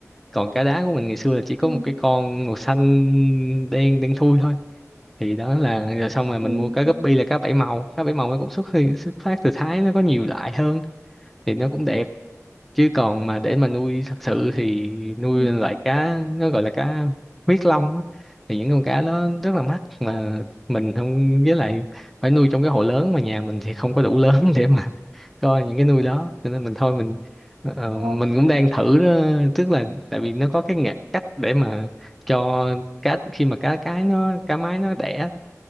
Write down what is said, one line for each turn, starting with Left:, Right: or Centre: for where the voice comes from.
Centre: còn cá đá của mình ngày xưa là chỉ có
Right: ừ.
Centre: một cái con màu xanh đen đen thui thôi thì đó là rồi xong rồi mình
Right: Ừ.
Centre: mua cá
Right: Ừ.
Centre: guppy là cá bảy màu cá bảy màu nó cũng xuất hiện- xuất phát từ Thái nó có nhiều loại hơn thì nó cũng đẹp chứ còn mà để mà nuôi thật sự thì nuôi
Right: ừ.
Centre: loại cá nó gọi là cá huyết long á, thì những con cá đó rất là mắc mà
Right: Ờ.
Centre: mình không với lại phải nuôi trong cái hồ lớn mà nhà mình thì không có đủ lớn <laughs> để mà coi những cái nuôi đó cho nên mình thôi mình ờ,
Right: Ờ.
Centre: mình cũng đang thử đó, tức là tại vì nó có cái nghệ, cách để mà cho cá khi mà cá cái nó cá mái nó đẻ